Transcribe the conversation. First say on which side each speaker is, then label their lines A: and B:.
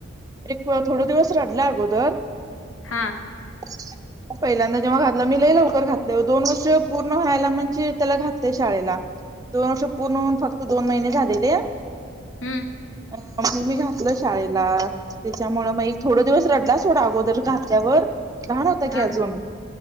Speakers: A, on the right; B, on the left.
A: एक थोडं दिवस रडला अगोदर
B: हां
A: <unintelligible> पहिल्यांदा जेव्हा घातलं मी लय लवकर घातलंय दोन वर्ष पूर्ण व्हायला म्हणजे त्याला घातलय शाळेला दोन वर्ष पूर्ण होऊन फक्त दोन महिने झालेले
B: हम्म
A: मग मी घातलं शाळेला त्याच्यामुळं मग एक थोडं दिवस रडला सोडा अगोदर घातल्यावर लहान होता की
B: हा
A: अजून
B: हा